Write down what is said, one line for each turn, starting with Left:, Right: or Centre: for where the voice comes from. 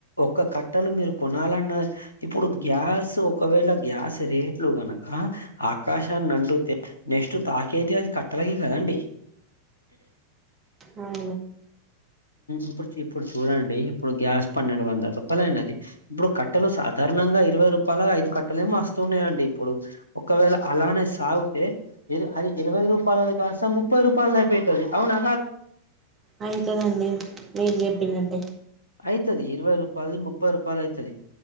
Left: ఒక కట్టలు మీరు కొనాలన్నా ఇప్పుడు గ్యాస్ ఒకవేళ గ్యాస్ రేట్లు గనక ఆకాశాన్ని అండుతే నెక్స్ట్ తాకేది అది కట్టలకి కదండి
Right: అవునండి
Left: ఇప్పుడు ఇప్పుడు చూడండి ఇప్పుడు గ్యాస్ పన్నెండు వందల రూపాయల అయినది ఇప్పుడు కట్టలు సాధారణంగా ఇరవై రూపాయలుగా ఐదు కట్టలే ఏమో వస్తున్నాయంండి ఇప్పుడు ఒకవేళ అలానే సాగితే. ఇ అది ఇరవై రూపాయల కాస్త ముప్పై రూపాయలు అయితాది అవునా కాదండి,
Right: అయి అయితా దండి మీరు చెప్పినట్టే
Left: అయితది ఇరవై రూపాయలు ముప్పై రూపాయలు అవుతుది